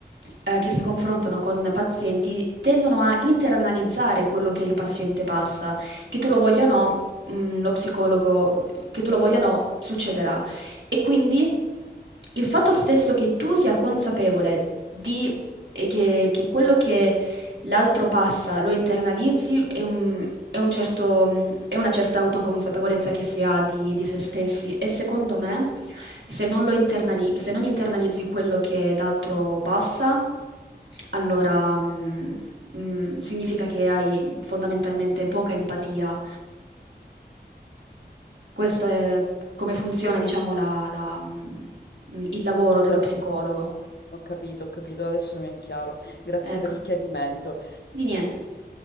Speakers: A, on the right; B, on the left.
A: eh, che si confrontano con pazienti tendono a interanalizzare quello che il paziente passa, che tu lo voglia o no, mhmm, lo psicologo, mhmm, che tu lo voglia o no, succederà. E quindi il fatto stesso che tu sia consapevole di ehm, che che quello che l'altro passa, lo internalizzi, è un, è un certo, mh, è una certa autoconsapevolezza che si ha di, di se stessi e secondo me se non lo internali- se non internalizzi quello che l'altro passa, allora mh, mh, significa che hai fondamentalmente poca empatia. Questo è come funziona, diciamo, la- la, mh, il lavoro
B: Ho
A: dello
B: capito,
A: psicologo.
B: ho capito, ho capito, adesso mi è chiaro. Grazie
A: Ecco.
B: per il chiarimento.
A: Di niente.